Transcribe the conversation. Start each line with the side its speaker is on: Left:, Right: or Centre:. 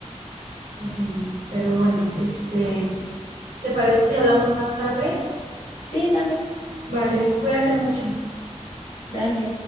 Right: pues miren, pero bueno, este, ¿te parece si hablamos más tarde?
Left: sí, dale,
Right: Vale, cuídate mucho.
Left: dale.